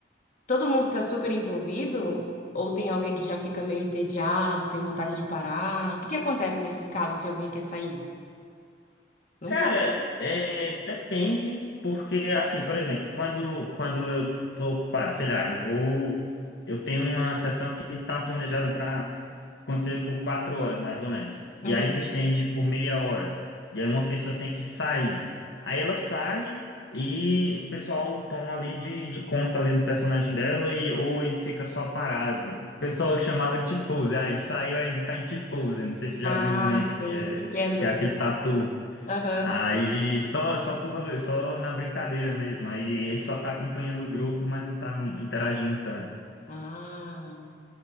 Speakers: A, on the left (about 45°); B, on the left (about 70°).
A: Todo mundo tá super envolvido? Ou tem alguém que já fica meio entediado, tem vontade de parar? O que que acontece nesses casos se alguém quer sair? Não
B: Cara,
A: pode.
B: é, depende, porque assim, por exemplo, quando, quando eu tô ocupado, sei lá, eu vou, eu tenho uma sessão que tá planejada para acontecer por quatro horas, mais ou menos, e
A: Uhum.
B: aí se estende por meia hora, e aí uma pessoa tem que sair, aí ela sai e o pessoal toma ali de, de conta ali do personagem dela e ou ele fica só parado. O pessoal chamava de T-pose, ah, ele saiu, aí ele tá em T-pose, não sei se você
A: Ah,
B: já viu os memes,
A: sim,
B: que é
A: entendo.
B: que é aquele tatu
A: Aham.
B: Aí só, só por rolê, só na brincadeira mesmo. Aí ele só tá acompanhando o grupo, mas não tá interagindo tanto.
A: Ah.